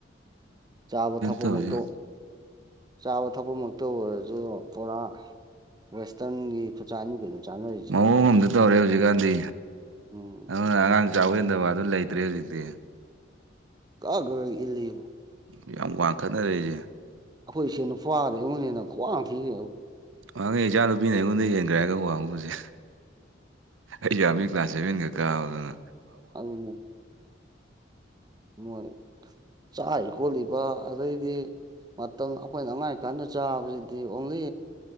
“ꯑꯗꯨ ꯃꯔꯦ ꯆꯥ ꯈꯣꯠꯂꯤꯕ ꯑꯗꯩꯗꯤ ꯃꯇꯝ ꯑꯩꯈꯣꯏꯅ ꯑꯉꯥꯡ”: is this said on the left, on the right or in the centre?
Right